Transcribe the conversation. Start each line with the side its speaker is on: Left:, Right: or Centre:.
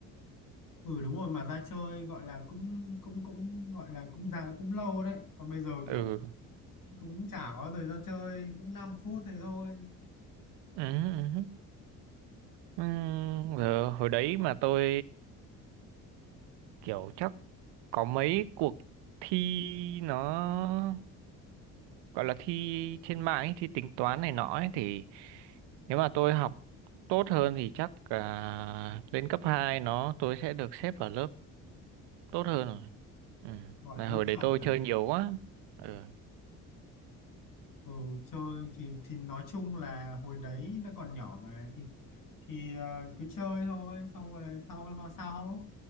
Left: ừ đúng rồi mà ra chơi gọi là cũng cũng cũng gọi là cũng ra cũng lâu đấy còn bây giờ
Right: ừ
Left: kiểu cũng chả có thời gian chơi cũng 5 phút thế thôi
Right: ừ, ừ. ừ. giờ hồi đấy mà tôi kiểu chắc có mấy cuộc thi nó gọi là thi trên mạng ấy, thi tính toán này nọ ấy thì nếu mà tôi học tốt hơn thì chắc à, lên cấp 2 nó tôi sẽ được xếp vào lớp tốt hơn rồi ừ.
Left: gọi
Right: mà
Left: là lớp
Right: hồi
Left: chọn
Right: đấy tôi
Left: à
Right: chơi nhiều quá ừ.
Left: Ừ, chơi thì thì nói chung là hồi đấy nó còn nhỏ mà thì thì ờ, cứ chơi thôi xong rồi sau lo sau